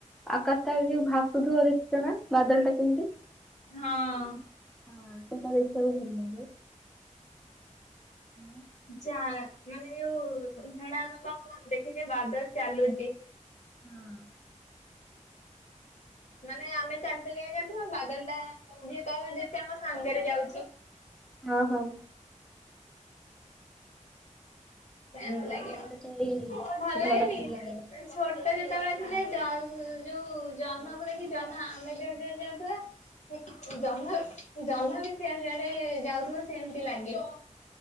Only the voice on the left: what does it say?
ହଁ।
ଯା ମାନେ ଏଉ ହୋ ହେଳା ଆମେ କଣ କୁହନ୍ତି କି ଯେ ବାଦଲ୍ ଚାଲୁଚି।
ମାନେ ଆମେ ଚାଲି ଚାଲିକା ଯାଉଥିବା ବାଦଲ୍ ଟା ଯିଏ କହିବ ଯେମିତି ଆମ ସାଙ୍ଗରେ ଯାଉଚି।
ଟାଇମ୍
ଲାଗିଲା
ଭଲ୍ ଲାଗେନି
ଛୋଟ ଯେତେବେଳେ ଥିଲେ ଜ ଯୋଉ ଜହ୍ନକୁ ଦେଖି ଜହ୍ନ ଆମେ ଜୁଆ ଜୁଆ ଯାଉଥିବା ଜହ୍ନ ବି ଜହ୍ନ ବି ସିଆଡ଼େ ସିଆଡ଼େ ଯାଉଥିବ ସେମିତି ଲାଗେ।